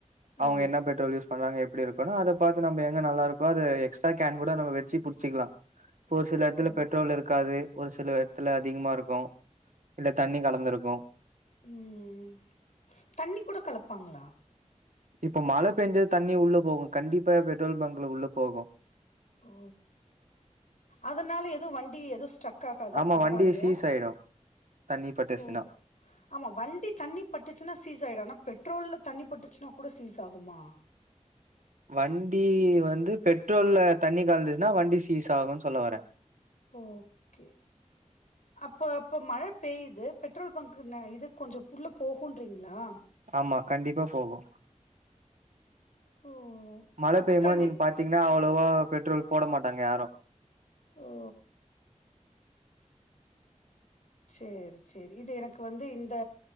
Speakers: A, on the left (about 80°); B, on the right (about 85°).
A: ஆ
B: அவங்க என்ன பெட்ரோல் யூஸ் பண்றாங்க எப்படி இருக்கு அத பாத்து நம்ம எங்க நல்லா இருக்கோ அது எக்ஸ்ட்ரா கேன் கூட நம்ம வச்சு புடிச்சிக்கலா இப்ப ஒரு சில இடத்துல
A: ஓ
B: பெட்ரோல் இருக்காது ஒரு சில இடத்துல அதிகமா இருக்கும் இல்ல தண்ணி கலந்துருக்கு
A: ம் தண்ணி கூட கலப்பாங்களா
B: இப்ப மழ பெஞ்சா தண்ணி உள்ள போகும் கண்டிப்பா பெட்ரோல் பங்க்ல உள்ள போகும்
A: ஓ அதனால எதோ வண்டி ஏதோ ஸ்ட்ரக் ஆகாதா
B: ஆமா
A: பரவாயில்லயா
B: வண்டி சீஸ் ஆயிடு தண்ணி பட்டுச்சுன்னா
A: ஓ ஆமா வண்டி தண்ணி பட்டுச்சுனா சீஸ் ஆகிடும் ஆனா பெட்ரோல்ல தண்ணி பட்டுச்சுனா கூட சீஸ் ஆகுமா
B: வண்டி வந்து பெட்ரோல்ல தண்ணி கலந்துச்சுன்னா வண்டி சீஸ் ஆகும்னு சொல்ல வர
A: ஓகே அப்போ அப்போ மழ பெய்யுது பெட்ரோல் பங்க் இது கொஞ்சம் உள்ளே போகுன்றிங்களா
B: ஆமா கண்டிப்பா போகு
A: ஓ
B: மழ
A: அப்போ
B: பெய்யுமோ
A: கண்டிப்
B: நீங்க பாத்தீங்க கனா அவ்வளவா பெட்ரோல் போட மாட்டாங்க யாரும்
A: ஓ சரி சரி இது எனக்கு வந்து இந்த